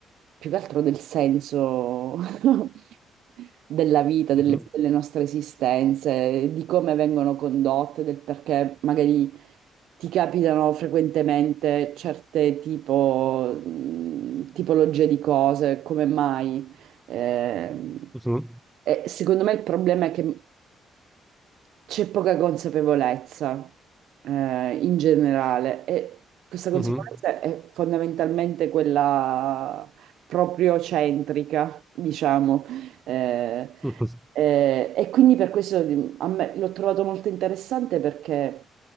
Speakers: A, on the right; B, in the centre.
A: più che altro del senso <laughs> della vita, delle,
B: Mhm,
A: delle nostre esistenze, di come vengono condotte, del perché magari ti capitano frequentemente certe tipo, mh, tipologie di cose, come mai. Eh,
B: mhm,
A: e secondo me il problema è che c'è poca consapevolezza eh, in generale e questa consapevolezza
B: mhm, mhm.
A: è fondamentalmente quella proprio centrica, diciamo. Eh,
B: <laughs>
A: eh, e quindi per questo di- a me l'ho trovato molto interessante perché